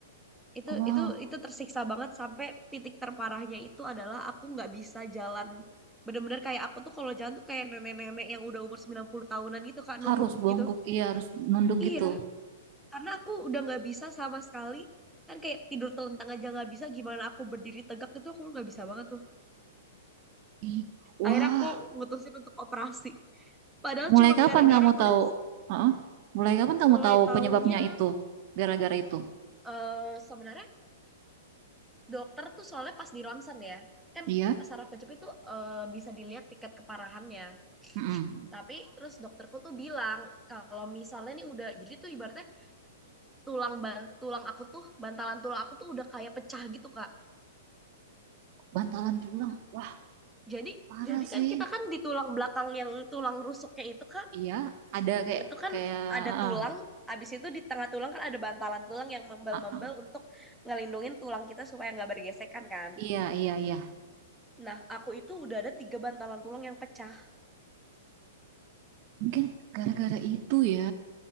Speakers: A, in the centre; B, on the right (about 45°).
A: Itu
B: Wah,
A: itu itu tersiksa banget sampai titik terparahnya itu adalah aku nggak bisa jalan. Bener-bener kayak aku tuh kalau jalan tuh kayak nenek-nenek yang udah umur 90 tahunan gitu, Kak, nunduk
B: harus bongkok,
A: gitu.
B: iya harus nunduk gitu.
A: Iya, karena aku udah nggak bisa sama sekali kan kayak tidur telentang aja nggak bisa gimana aku berdiri tegak itu aku nggak bisa banget tuh
B: Ih, Wah,
A: akhirnya aku ngutusin untuk operasi padahal
B: mulai
A: cuma
B: kapan
A: gara-gara
B: kamu
A: padahal
B: tahu? Heeh, mulai kapan kamu
A: mulai
B: tahu
A: taunya
B: penyebabnya itu? Gara-gara itu?
A: eh sebenarnya dokter tuh soalnya pas di ronsen ya kan
B: Iya.
A: saraf kejepit tuh eh, bisa dilihat tingkat keparahannya
B: Mm-mm.
A: tapi terus dokterku tuh bilang kalau misalnya nih udah jadi tuh ibaratnya tulang ban tulang aku tuh bantalan tulang aku tuh udah kayak pecah gitu kak
B: Bantalan tulang. Wah,
A: Jadi,
B: parah
A: jadi kan
B: sih.
A: kita kan di tulang belakang yang tulang rusuknya itu Kak,
B: Iya, ada kayak
A: itu kan
B: kayak.
A: ada
B: ah,
A: tulang, abis itu di tengah tulang kan ada bantalan tulang yang membel-membel
B: ah, ah.
A: untuk ngelindungin tulang kita supaya nggak bergesekan kan.
B: Iya, iya, iya.
A: Nah, aku itu udah ada tiga bantalan tulang yang pecah.
B: Mungkin gara-gara itu ya.